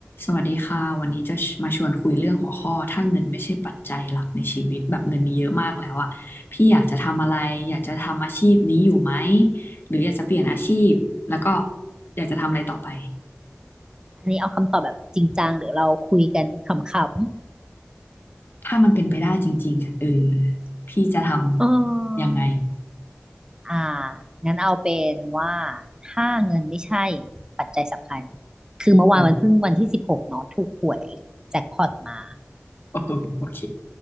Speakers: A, on the left; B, on the right.
A: สวัสดีค่ะวันนี้จะมาชวนคุยเรื่องหัวข้อถ้าเงินไม่ใช่ปัจจัยหลักในชีวิตแบบเงินมีเยอะมากแล้วอะพี่อยากจะทำอะไรอยากจะทำอาชีพนี้อยู่ไหมหรืออยากจะเปลี่ยนอาชีพแล้วก็อยากจะทำอะไรต่อไป
B: อันนี้เอาคำตอบแบบจริงจังหรือเราคุยกันขำ
A: ถ้ามันเป็นไปได้จริงๆอะเออพี่จะทำยังไง
B: ๆเอออ่างั้นเอาเป็นว่าถ้าเงินไม่ใช่ปัจจัยสำคัญ คือเมื่อวานมันเพิ่งวันที่สิบหกเนาะถูกหวยแจ็คพอตมา
A: อืม <laughs> โอ้โหโอเค